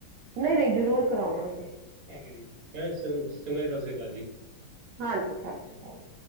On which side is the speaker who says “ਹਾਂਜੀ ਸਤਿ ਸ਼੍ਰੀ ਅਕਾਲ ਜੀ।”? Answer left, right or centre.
Right